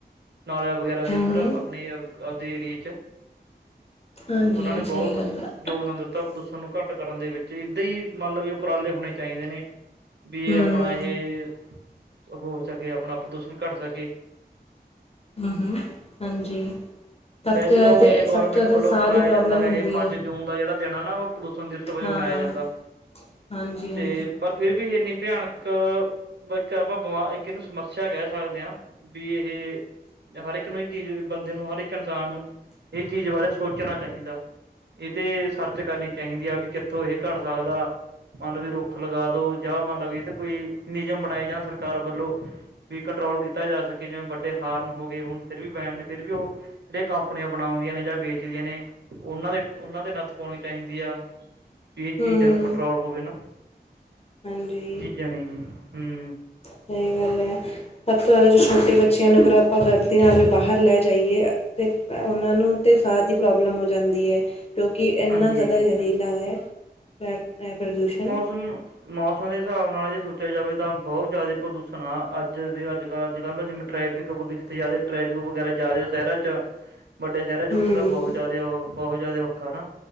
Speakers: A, on the right; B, on the left.
A: ਨਾਲੇ ਵਗੈਰਾ ਦਾਦੀ
B: ਹੂੰ
A: ਉੱਧਰ
B: ਹੂੰ
A: ਆ ਆਪਣੇ ਆਪਦੇ ਏਰੀਏ ਚ,
B: ਹਾਂਜੀ
A: ਉਹਨਾਂ ਨੇ
B: ਸਹੀ
A: ਬਹੁਤ
B: ਗੱਲ ਆ
A: ਯੋਗਦਾਨ ਦਿੱਤਾ ਪ੍ਰਦੂਸ਼ਣ ਨੂੰ ਘੱਟ ਕਰਨ ਦੇ ਵਿੱਚ ਏਦਾਂ ਈ ਮਤਲਬ ਵੀ ਉਪਰਾਲੇ ਹੋਣੇ ਚਾਹੀਦੇ ਨੇ ਵੀਏ
B: ਹੂੰ
A: ਆਪਣਾ ਏਹ, ਹੋ ਸਕੇ ਆਪਣਾ ਪ੍ਰਦੂਸ਼ਣ ਘੱਟ ਸਕੇ
B: ਹੂੰ ਹੂੰ ਹਾਂਜੀ ਸਭ
A: ਵੈਸੇ
B: ਤੋਂ ਜ਼ਿਆਦਾ
A: ਤਾਂ ਹੁਣ
B: ਤੇ
A: ਏਹ ਗੌਰਮੈਂਟ
B: ਸਭ ਤੋਂ ਜ਼ਿਆਦਾ
A: ਵੱਲੋਂ
B: ਸਾਹ
A: ਬਣਾਇਆ
B: ਦੀ ਪ੍ਰੋਬਲਮ
A: ਜਾਂਦਾ ਹੈ
B: ਹੁੰਦੀ
A: ਏਹ ਪੰਜ ਜੂਨ ਦਾ ਜੇਹੜਾ ਦਿਨ ਹੈ ਨਾ ਓਹ ਪ੍ਰਦੂਸ਼ਣ ਦਿਵਸ ਵਜੋਂ
B: ਹਾਂ
A: ਮਨਾਇਆ ਜਾਂਦਾ
B: ਹਾਂਜੀ ਹਾਂ
A: ਏਹ ਪਰ ਫਿਰ ਵੀ ਇਨੀੱ ਪਿਆਨਕ ਇੱਕ ਪਾਂ ਕਾ ਪਾ ਬਵਾ ਇਕ ਇਹਨੂੰ ਸਮੱਸਿਆ ਕਹਿ ਸਕਦੇ ਹਾਂ ਵੀ ਏਹ ਹਰ ਇੱਕ ਨੂੰ ਇਹ ਚੀਜ਼ ਬੰਦੇ ਨੂੰ ਹਰ ਇੱਕ ਇਨਸਾਨ ਨੂੰ, ਇਹ ਚੀਜ਼ ਬਾਰੇ ਸੋਚਣਾ ਚਾਹੀਦਾ ਏਹ ਤੇ ਸਰਚ ਕਰਨੀ ਚਾਹੀਦੀ ਆ ਵੀ ਕਿੱਥੋਂ ਏਹ ਘੱਟ ਸਕਦਾ ਮਨ ਲਓ ਵੀ ਰੁੱਖ ਲਗਾ ਦੋ ਜਾਂ ਮੰਨਲਾ ਵੀ ਚ ਕੋਈ ਨਿਯਮ ਬਣਾਏ ਜਾਣ ਸਰਕਾਰ ਵੱਲੋਂ ਵੀ ਕੰਟਰੋਲ ਕੀਤਾ ਜਾ ਸਕੇ ਜਿਵੇਂ ਵੱਡੇ ਹਾਰਨ ਹੋ ਗਏ ਹੁਣ ਫਿਰ ਵੀ ਬੈਣ ਫਿਰ ਵੀ ਓਹ ਏ ਕੰਪਨੀਆਂ ਬਣਾਉਂਦੀਆਂ ਨੇ ਜਾਂ ਵੇਚਦੀਆਂ ਨੇ ਓਹਨਾਂ ਦੇ ਓਹਨਾਂ ਦੇ ਨੱਥ ਪਾਉਣੀ ਚਾਹੀਦੀ ਆ ਪੀ
B: ਹੂੰ
A: ਚੀਜ਼ਾਂ ਨੂੰ ਕੰਟਰੋਲ ਹੋਵੇ ਨਾ
B: ਹਾਂਜੀ
A: ਜਣੀ ਕਿ ਜੀ ਹੂਂ
B: ਸਈ ਗੱਲ ਐ, ਸਭ ਤੋ ਜਆਦਾ ਜੇ ਛੋਟੇ ਬੱਚਿਆਂ ਨੂੰ ਅਗਰ ਆਪਾ ਗ਼ਲਤੀ ਨਾਲ ਵੀ ਬਾਹਰ ਲੈ ਜਾਈਏ ਤੇ ਓਨਾਂ ਨੂੰ ਤੇ ਸਾਹ ਦੀ ਪ੍ਰੋਬਲਮ ਹੋ ਜਾਂਦੀ ਏ ਕਿਉਂਕਿ ਏਨਾ
A: ਹਾਂਜੀ
B: ਜ਼ਿਆਦਾ ਏ ਲਾਏ, ਐ ਐ ਪ੍ਰਦੂਸ਼ਨ
A: ਸੁਣ ਮੌਸਮ ਦੇ ਹਿਸਾਬ ਨਾਲ ਜੇ ਸੋਚਿਆ ਜਾਵੇ ਤਾਂ ਬੋਹਤ ਜ਼ਿਆਦਾ ਪ੍ਰਦੂਸ਼ਣ ਆ, ਆੱਜ ਦੇ ਆੱਜ-ਕਾੱਲ ਆੱਜ-ਕਾੱਲ ਜਿਵੇਂ ਮਿੱਟੀ ਟਰੈਫਿਕ ਬਹੁਤ ਹੀ ਜਿਆਦਾ ਜਿੱਥੇ ਟਰੈਫਿਕ ਵਗੈਰਾ ਜਾਦੇ ਓ ਸ਼ੈਰਾਂ ਚ ਵੱਡੇ ਸ਼ਹਿਰਾਂ ਚ
B: ਹੂੰ
A: ਓਥੇ ਤਾਂ ਬੋਹਤ ਜਾਦੇ ਓਹੋ, ਬੋਹਤ ਜਾਦਾ ਔਖਾ ਨਾ